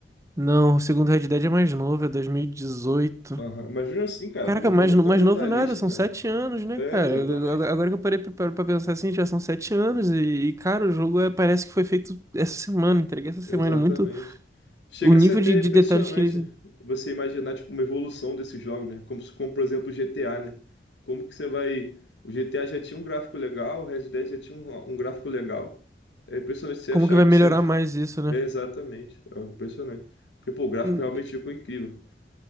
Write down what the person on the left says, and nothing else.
Aham. Imagina assim, cara,
pô, um
jogo
tão
detalhista,
cara.
É,
exatamente.
Exatamente.
Chega
a ser até
impressionante
você imaginar tipo uma evolução desses jogos, né? Como, se- como por exemplo o GTA, né? Como que você vai. O GTA já tinha um gráfico legal, o Red Dead já tinha um, um gráfico legal. É impressionante você
achar
que
você.
É, exatamente, é algo impressionante. Porque, pô, o gráfico
realmente ficou incrível.